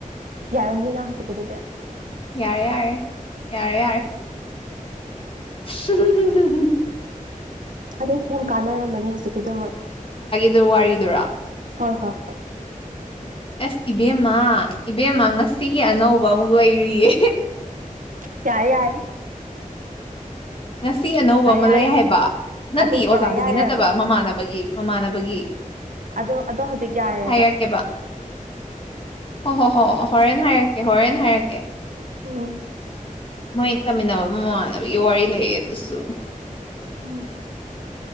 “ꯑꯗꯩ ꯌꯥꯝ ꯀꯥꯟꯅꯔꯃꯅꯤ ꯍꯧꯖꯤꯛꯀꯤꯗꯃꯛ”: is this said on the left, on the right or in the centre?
Right